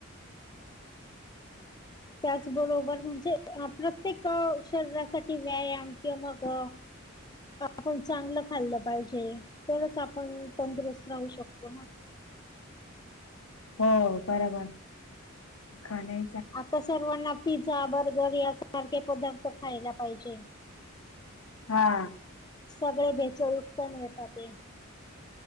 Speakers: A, on the left (about 20°); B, on the left (about 85°).
A: त्याचबरोबर म्हणजे प्रत्येक शरीरासाठी व्यायाम किंवा मग. आपण चांगलं खाल्लं पाहिजे तरच आपण तंदुरुस्त राहू शकतो ना.
B: हो बरोबर खाण्या.
A: आता सर्वांना पिझ्झा बर्गर यासारखे पदार्थ खायला पाहिजे.
B: हा.
A: सगळे बेचळयुक्त मिळतात ते.